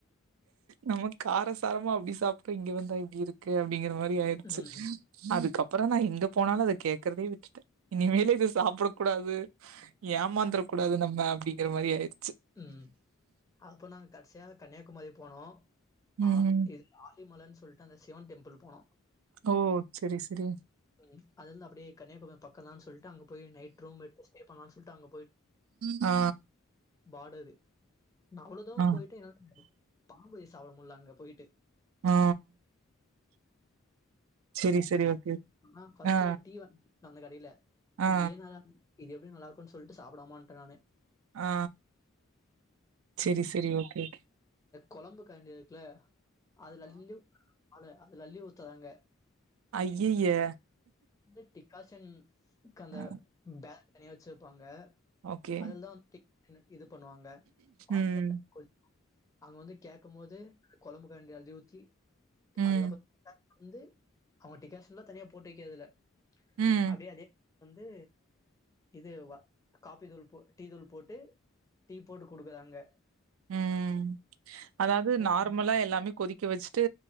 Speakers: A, on the right; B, on the left.
A: நம கார சாரமா அப்பிடி சாப்புட்டோ இங்க வந்தா இப்பிடி இருக்கு அப்பிடிங்கிற மாரி ப்டி ஆயிடிச்சி
B: ம் ம்,
A: அதுக்கப் ப்புறோ நா எங்க போனாலு அத கேக்கறதே விட்டுட்ட இனிமேலு து சாப்பட கூடாது ஏமாந்தர கூடாது நம்ம அப்பிடிங்கிற மாரி ஆயிச்
B: ம் ஆக்ப்போறோ நாங்க கடசியா கன்னியாகுமரி போனோ
A: ம்
B: ஆ இது ஆ அதி மலர்ன்னு சொல்லிட்டு அந்த சிவன்டெம்பிள் போனோ
A: ஓ சரி சரி
B: ம் அதுந்து அப்டியே கன்னியாகுமரி பக்கம் தான்னு சொல்ட் டு அங்க போய நைட் ரூம் எடுத்து ஸ்டே பண்ணலா வுட்டாங்க
A: ஆ
B: பாடரது நா அவ்ளோதூ
A: ஆ
B: போயிட்டு என்னால பாம்பு சாவுள முல்ல அங்க போய்ட்டு
A: ஆ சேரி சேரி ஓகே
B: நா பஃஸ்ட்
A: ஆ
B: ஒரு ட்டீ வ அந்த கடையில
A: ஆ
B: டீயே நல்லா இது எப்டி நல்லாக்குன் சொல்ட்டு சாப்டாமா வன்ட்ட நானு
A: ஆ சேரி சேரி ஓகேகே
B: கொழம்பு கரண்டிக்குல அதுல அள்ளி அது அதுல அள்ளி ஊத்ராங்க
A: அய்யய்யே
B: இந் டிக்காசன் கந்த
A: அ
B: பே தனியா வச்சுப்பாங்க
A: ஓகே
B: அதுல தா திக் இது பண்ணுவாங்க <unintelligible>
A: ம்
B: அங்க வந்து கேட்கமோது அந்த கொழம்புக்கரண்டி அள்ளி ஊத்தி
A: ம்
B: அதுக்கப் வந்து அவுங்க டிக்காஷலா தனியா போட்டு வைக்கரதுல
A: ம்
B: அப்டே அது வந்து இது வா காப்பி தூள் போ டீ தூள் போட்டு டீ போட்டு குடுக்குராங்க
A: உம் அதாவது நார்மலா
B: டீ
A: எல்லாமே கொதிக்க வச் ட்டு